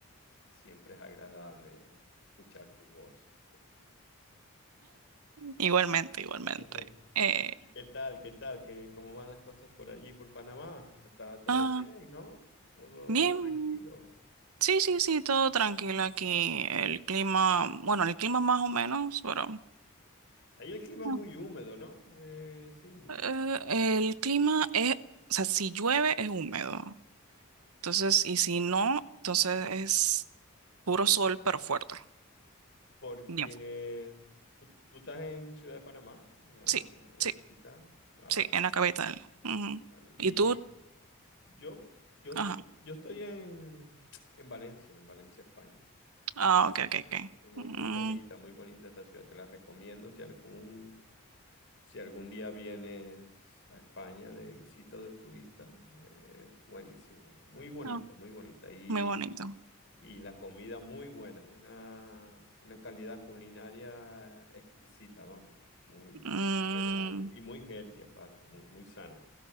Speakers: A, on the left (about 55°); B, on the right (about 80°).
A: siempre es agradable escuchar tu voz.
B: Igualmente, igualmente.
A: <laughs>
B: Eh,
A: ¿Y qué tal? ¿Qué tal? ¿Qué, cómo van las cosas por allí, por Panamá? Está todo
B: ah,
A: bien, ¿no? Todo
B: bien,
A: tranquilo.
B: sí, sí, sí, todo tranquilo aquí. El clima, bueno, el clima más o menos, pero
A: Ahí el clima es
B: ah,
A: muy húmedo, ¿no? Eh, Cindy,
B: eh, el clima es, o sea, si llueve es húmedo. Entonces, y si no, entonces es puro sol, pero fuerte.
A: porque
B: Bien, fu-
A: tú, tú estás en Ciudad de Panamá, en la,
B: sí.
A: en
B: sí.
A: la capital. Vale,
B: Sí, en la capital. Ujú.
A: vale. Y
B: ¿Y tú?
A: yo, yo,
B: Ajá.
A: yo estoy en, en Valencia, en Valencia, España.
B: Ah, ok, ok,
A: Alex,
B: ok.
A: eh, Muy,
B: Mm,
A: muy bonita, muy bonita esta ciudad. Te la recomiendo si algún, si algún día vienes a España de visita o de turista. eh, Es buenísimo. Muy bonita,
B: ah,
A: muy bonita. Y,
B: muy bonito.
A: y la comida muy buena. Una, una calidad culinaria exquisita, vamos. Muy
B: Mm,
A: buena y, muy y muy healthy aparte, muy, muy sana.